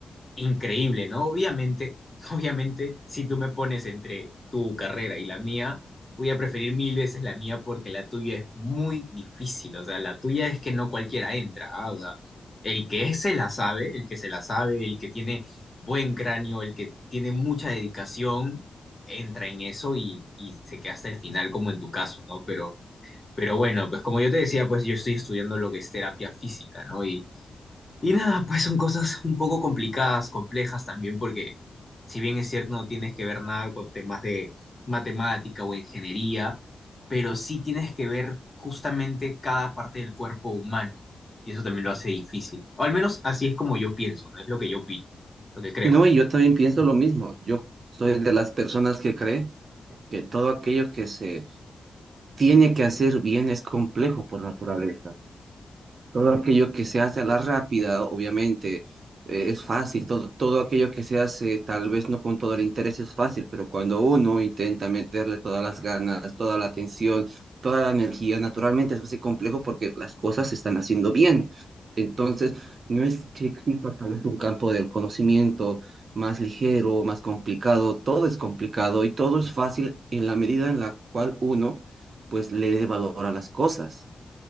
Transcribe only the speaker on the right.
No, y yo también pienso lo mismo. Yo soy de las personas que cree que todo aquello que se tiene que hacer bien es complejo por naturaleza. Todo aquello que se hace a la rápida, obviamente, eh, es fácil. Todo, todo aquello que se hace, tal vez no con todo el interés, es fácil, pero cuando uno intenta meterle todas las ganas, toda la atención, toda la energía, naturalmente se hace complejo porque las cosas se están haciendo bien. Entonces, no es que exista tal vez un campo del conocimiento más ligero, más complicado, todo es complicado y todo es fácil en la medida en la cual uno, pues, le dé valor a las cosas.